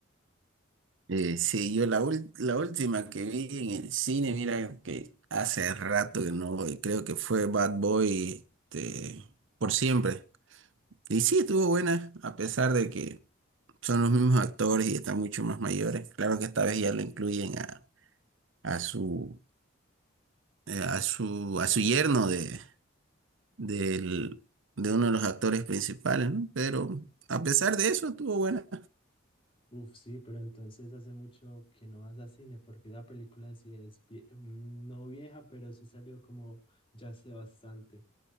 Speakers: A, on the right; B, on the left.
A: eh, sí, yo la, ul- la última que vi en el cine, mira que hace rato que no voy, creo que fue Bad Boy, este, por siempre. Y sí, estuvo buena, a pesar de que son los mismos actores y están mucho más mayores. Claro que esta vez ya lo incluyen a, a su, eh, a su, a su yerno de, del, de uno de los actores principales, ¿no? Pero a pesar de eso, estuvo buena.
B: Uf, sí, pero entonces hace mucho que no vas a cine porque esa película sí es, vie- mm, no vieja, pero sí salió como ya hace bastante.